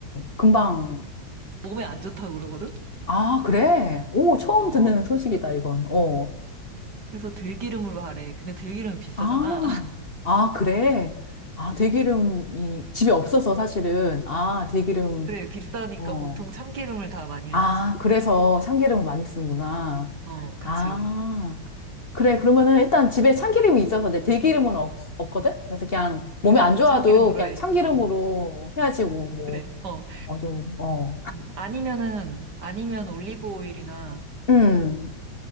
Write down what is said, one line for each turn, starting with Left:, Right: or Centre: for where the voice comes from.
Left: 금방.
Right: 몸에 안 좋다고 그러거든?
Left: 아, 그래. 오, 처음
Right: 어,
Left: 듣는
Right: 어.
Left: 소식이다, 이건. 어.
Right: 그래서 들기름으로 하래. 근데 들기름은 비싸잖아.
Left: 아, 아, 그래. 아, 들기름이 집에 없어서 사실은. 아, 들기름.
Right: 그래, 비싸니까
Left: 어.
Right: 보통 참기름을 다 많이
Left: 아,
Right: 하지.
Left: 그래서 참기름을 많이 쓰는구나.
Right: 어, 그치.
Left: 아, 그래. 그러면은 일단 집에 참기름이 있어서 내 들기름은 없, 없거든? 그래서 그냥
Right: 그래,
Left: 몸에 안
Right: 그럼
Left: 좋아도
Right: 참기름으로
Left: 그냥
Right: 해.
Left: 참기름으로
Right: 어,
Left: 해야지 뭐, 뭐,
Right: 그래. 어,
Left: 어, 좀, 어.
Right: 음, 아니면은, 아니면 올리브 오일이나
Left: 음.